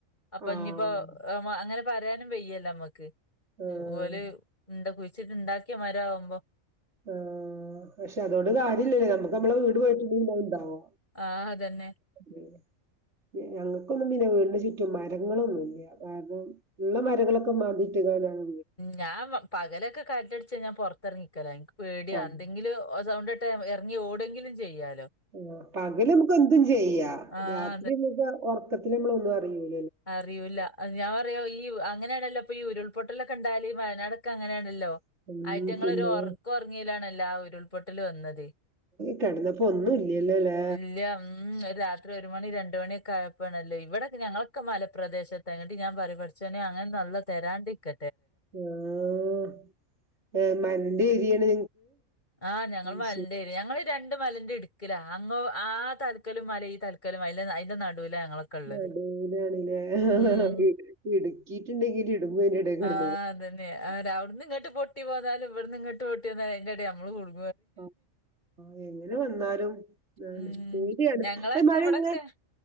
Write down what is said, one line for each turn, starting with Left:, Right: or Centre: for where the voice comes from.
Left: അപ്പൊ
Right: ആഹ്
Left: ഇഞ് ഇപ്പ അങ്ങനെ പറയാനും വെയ്യല്ല നമ്മുക്ക് ഉം
Right: ആഹ്
Left: ഓല് എന്ത കുഴിച്ചിട്ട് ഇണ്ടാക്കിയാ മരം ആവുമ്പോ
Right: ആ പക്ഷെ അതുകൊണ്ട് കാര്യ ഇല്ലല്ലേ നമുക്ക് നമ്മളെ വീട് പോയിട്ടല്ല ഉണ്ടാവോ
Left: ആ അതന്നെ
Right: ഉം ഞങ്ങൾക്കൊന്നും പിന്നെ വീട്ന് ചുറ്റും മരങ്ങളൊന്നും ഇല്ല കാരണം ഉള്ള മരങ്ങളൊക്കെ മാതിട്ട് കാണ്ടാണ്
Left: ഞാൻ പകലൊക്കെ കാറ്റടിച്ചാൽ ഞാൻ പുറത്തിറങ്ങിക്കല എനിക്ക് പേടിയ
Right: ആഹ്
Left: എന്തെങ്കിലും സൗണ്ട് ഇറങ്ങി ഓടെങ്കിലും ചെയ്യാ
Right: ആ പകല് നമുക്ക് എന്തും ചെയ്യാ
Left: ആഹ്
Right: രാത്രി നമൂക്ക് ഉറർക്കത്തി നമ്മള ഒന്നും അറി ല
Left: അറിയൂല്ല ഞാൻ പറിയാ ഈ അങ്ങനേയാണല്ലോ ഇപ്പൊ ഈ ഉരുൾപൊട്ടലൊക്കെണ്ടാകല് വയനാട് ക്കെ അങ്ങനെണല്ലോ
Right: ഉം
Left: അയിറ്റങ്ങളൊരു
Right: പിന്നെ
Left: ഉറക്കം ഉറങ്ങിലാണല്ലോ ആഹ് ഉരുൾപൊട്ടല് വന്നത്
Right: കിടന്നപ്പോ ഒന്നും ഇല്യല്ലോലേ
Left: ഇല്ല ഉം ഒരു രാത്രി ഒരു മണി രണ്ട് മണിയൊക്കെ ആയപ്പോണല്ലോ ഇവിടൊക്കെ ഞങ്ങളൊക്കെ മലപ്രദേശ ത്ത് ബങ്ങട്ട് ഞാൻ പറീം പഠിചോനെ അങ്ങനെ ഒന്നും അല്ലാഹ് തരാണ്ടിരിക്ക
Right: ആഹ് ഏ മലന്റെ ഏരിയാണ്
Left: ആഹ് ഞങ്ങൾ
Right: അത്
Left: മലൻ്റെ
Right: ശരി
Left: ഏരിയ ഞങ്ങള് രണ്ട് മലന്റെ ഇടുക്ക്ല അങ്ങോ ആ തല്ക്കലും മല ഈ തല്ക്കലും മല അയിന്റെ നടുവിലാ ഞങ്ങളൊക്കെ ഇള്ളത്
Right: നടൂവിലാണ്ലേ
Left: ഉം
Right: ഇടു ഇടുക്കിട്ടുണ്ടെങ്കി ഇടുങ്ങും അയിന്റെ എടയിൽ കിടന്ന്
Left: ആ അതന്നെ ആതെ അവിടെന്ന്ങ്ങാട്ട് പൊട്ടി പോന്നാലും ഇവിടുന്ന് ഇങ്ങട്ട് പൊട്ടിവന്നാആയിൻ്റടേല് നമ്മള് കുടു
Right: ആം ആഹ് എങ്ങനെ വന്നാലും ആണ്
Left: ഉം
Right: പേടിയാണ്
Left: ഞങ്ങളൊക്കെ
Right: ആ മഴഇങ്ങനെ
Left: ഇവിടൊക്കെ